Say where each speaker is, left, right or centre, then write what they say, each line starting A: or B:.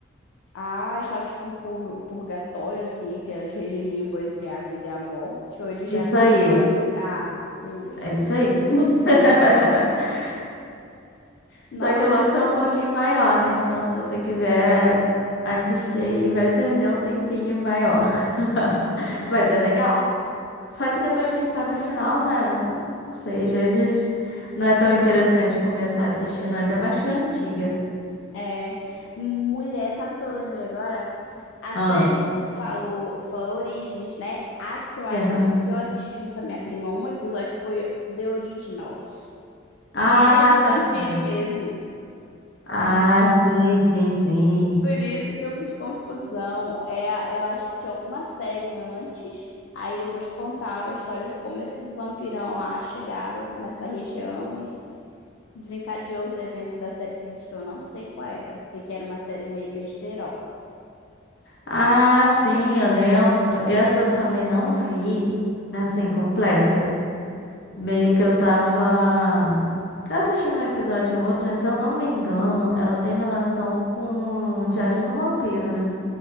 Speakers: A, on the left (about 75°); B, on the left (about 55°).
A: Ah, estava tipo um pur- um purgatório, assim, aquele aquele limbo entre a vida e a morte. Ou eles já
B: Isso
A: estavam
B: aí,
A: realmente. Ah, entendi.
B: é isso aí. <laughs>
A: Nossa,
B: Só que o Lost
A: que
B: é
A: legal.
B: um pouquinho maior, né? Então, se você quiser assistir aí, vai perder um tempinho maior. <laughs>
A: Nossa.
B: Mas é legal. Só que depois que a gente sabe o final, né? Não sei, às vezes não é tão interessante começar assistindo, ainda mais que de antiga.
A: É, Mulher, sabe o que eu lembrei agora? A
B: Ah,
A: série que tu falou, falou Origens, né? A que eu acho
B: aham.
A: que, é, que eu assisti junto com a minha prima, um episódio foi The Originals,
B: Ah,
A: que era de vampiro
B: sim.
A: mesmo.
B: Ah, sim, sim, sim.
A: Por isso que eu fiz confusão. É, eu acho que tinha alguma série antes, aí depois contava a história de como esses vampirão lá chegaram nessa região e desencadeou os eventos da série seguinte, que eu não sei qual era. Sei que era uma série meio besterol.
B: Ah, sim, eu lembro. Essa eu também não vi, assim, completa. Meio que eu tava assistindo um episódio ou outro, né? Se eu não me engano, ela tem relação com Diário de um Vampiro, né?